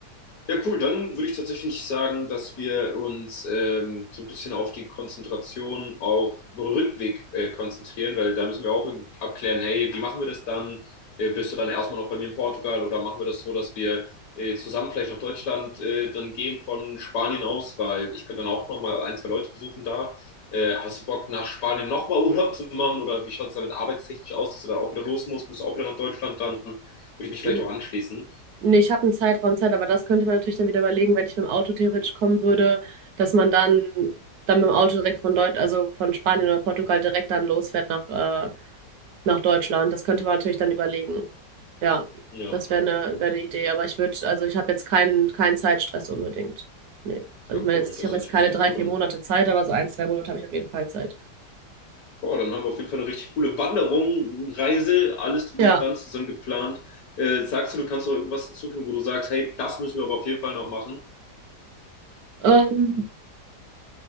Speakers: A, on the left (about 65°); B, on the right (about 70°).
A: Ja, cool. Dann würde ich tatsächlich sagen, dass wir uns ähm, so ein bisschen auf die Konzentration auch über den Rückweg äh, konzentrieren, weil da müssen wir auch abklären, hey, wie machen wir das dann? Äh, bist du dann erstmal noch bei mir in Portugal oder machen wir das so, dass wir äh, zusammen vielleicht nach Deutschland äh, dann gehen von Spanien aus, weil ich könnte dann auch nochmal ein, zwei Leute besuchen da. Äh, hast du Bock, nach Spanien nochmal Urlaub zu machen oder wie schaut es damit arbeitstechnisch aus, dass du da auch wieder los musst? Musst du auch wieder nach Deutschland? Dann würde ich mich vielleicht
B: N-
A: auch anschließen.
B: Nee, ich habe einen Zeitraum Zeit, aber das könnte man natürlich dann wieder überlegen, wenn ich mit dem Auto theoretisch kommen würde, dass man dann, dann mit dem Auto direkt von Deutsch, also von Spanien oder Portugal direkt dann losfährt nach, äh, nach Deutschland. Das könnte man natürlich dann überlegen. Ja,
A: Ja.
B: das wäre eine, wär eine Idee. Aber ich würde, also ich habe jetzt keinen, keinen Zeitstress unbedingt. Nee. Also
A: Ja,
B: ich meine
A: cool.
B: jetzt,
A: Das
B: ich habe
A: hört
B: jetzt
A: sich
B: keine
A: auf jeden Fall
B: drei,
A: cool
B: vier
A: an.
B: Monate Zeit, aber so ein, zwei Monate habe ich auf jeden Fall Zeit.
A: Boah, dann haben wir auf jeden Fall eine richtig coole Wanderung, Reise, alles drum
B: Ja.
A: und dran zusammen geplant. Äh, sagst du, du kannst noch irgendwas hinzufügen, wo du sagst, hey, das müssen wir aber auf jeden Fall noch machen?
B: Ähm,